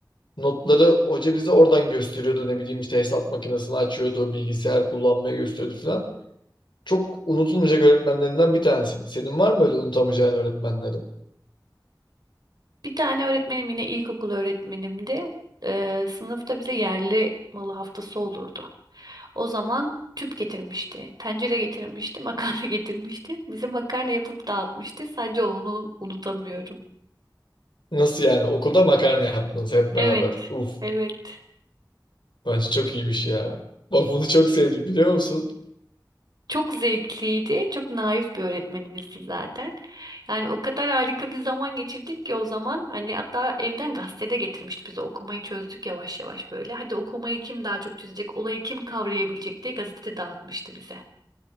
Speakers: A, on the left (about 85°); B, on the right (about 60°).
A: notları hoca bize oradan gösteriyordu. Ne bileyim işte hesap makinesini açıyordu, bilgisayar kullanmayı gösteriyordu falan. Çok unutulmayacak öğretmenlerinden bir tanesi. Senin var mı öyle unutamayacağın öğretmenlerin?
B: Bir tane öğretmenim yine ilkokul öğretmenimdi. E, sınıfta bize yerli malı haftası olurdu. O zaman tüp getirmişti, tencere getirmişti, makarna <laughs> getirmişti. Bize makarna yapıp dağıtmıştı. Sadece onu unutamıyorum.
A: Nasıl yani? Okulda makarna yaptınız hep beraber.
B: Evet,
A: Uf.
B: evet.
A: Bence çok iyiymiş ya. Bak bunu çok sevdim biliyor musun?
B: Çok zevkliydi. Çok naif bir öğretmenimizdi zaten. Yani o kadar harika bir zaman geçirdik ki o zaman. Hani hatta evden gazete de getirmişti bize. Okumayı çözdük yavaş yavaş böyle. Hadi okumayı kim daha çok çözecek, olayı kim kavrayabilecek diye gazete dağıtmıştı bize.